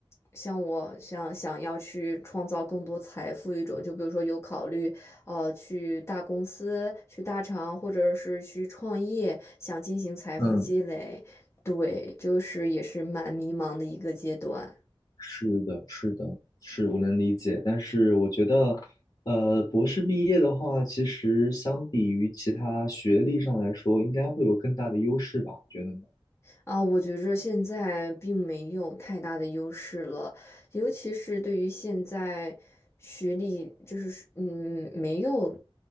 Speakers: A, on the left (about 30°); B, on the left (about 50°).
A: 像我想想要去创造更多财富一种，就比如说有考虑呃去大公司、去大厂，或者是去创业，想进行财富积累。
B: 嗯。
A: 对，就是也是蛮迷茫的一个阶段。
B: 是的，是的，是我能理解，但是我觉得，呃，博士毕业的话，其实相比于其他学历上来说，应该会有更大的优势吧？觉得呢？
A: 啊，我觉着现在并没有太大的优势了，尤其是对于现在学历，就是嗯，没有